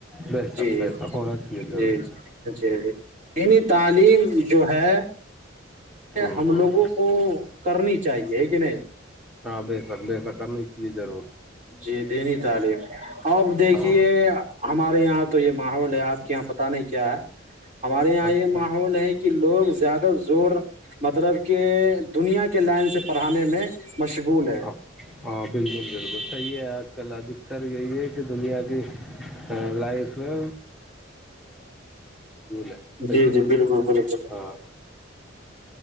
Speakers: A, in the centre; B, on the right.
A: بے
B: جی
A: شک بے شک ہونا چاہیے ضرور
B: جی جی جیی یعنی تعلیم جو ہے <unintelligible>
A: ہوں
B: ہم
A: ہوں
B: لوگوں کو کرنی چاہیے پ نہیں
A: ہاں بے سک بےسک کرنی چاہیے ضرور
B: جی دینی تعلیم اپ دیکھیے
A: ہاں
B: ہمارے یہاں تو یہ ماحول ہے آپ کے یہاں پتہ نہیں کیا ہے ہمارے یہاں یہ
A: اچھا
B: ماحول ہے کہ لوگ زیادہ زور مطلب کہ دنیا کے لائن سے پڑھانے میں مشغول ہے
A: ہ ہاں بالکل بالکل ت یہ کیا کل ادھکتر یہی ہے کہ دنیا کی لائ پر ہے صحیح
B: جی جی
A: ہے
B: بالکل بالکل
A: ہاں